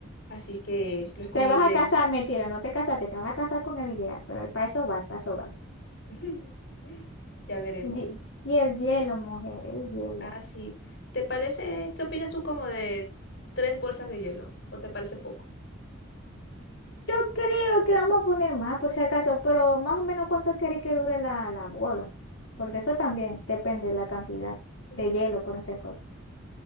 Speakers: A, on the left (about 60°); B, on the left (about 75°).
A: Así es que lo escogí
B: Te vas
A: bien.
B: a casar, mentira, no te casaste, te vas a casar con el ideal, pero para eso va, para eso va.
A: <laughs> Ya veremos.
B: Y, y el hielo, mujer, el hielo.
A: Ah, sí. ¿Te parece, qué opinas tú como de tres bolsas de hielo? ¿O te parece poco? <clears throat>
B: Yo creo que vamos a poner más por si acaso, pero más o menos cuánto queréis que dure la, la boda, porque eso también depende de la cantidad
A: Mm,
B: de hielo por esta cosa.